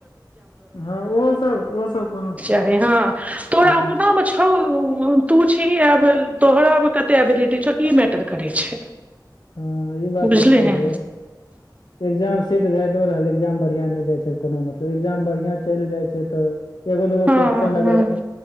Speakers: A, on the left; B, on the right.
A: हँ ओ सब ओ सब कोनो
B: <unintelligible>
A: हँ
B: <unintelligible> ह तू कब तोहराा मे कते एबिलिटी छौ ई मैटर करे छै
A: हँ ई बात
B: बुझलिही
A: तऽ छैहे एग्जाम सेट जायइत रहल एग्जाम बढ़िआँ नहि जाइ छै कोनो मतलब एग्जाम बढ़िआँ चलि जाइ छै तऽ एगो दगो
B: हँ
A: क्वेस््चन
B: हँ
A: अगर